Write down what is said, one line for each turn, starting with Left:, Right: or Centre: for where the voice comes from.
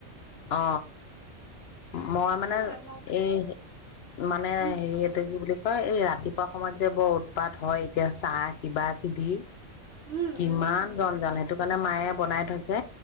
Left: অ মই মানে
Right: সেয়া মই
Left: এই মানে
Right: উম
Left: হেৰি এইটো কি বুলি কয় এই ৰাতি ৰাতিপুৱা সময়ত যে বৰ উৎপাত হয় এতিয়া চাহ কিবা-কিবি
Right: উম
Left: কিমান
Right: উম উম।
Left: জঞ্জাল সেইটো কাৰণে মে মায়ে বনাই থৈছে।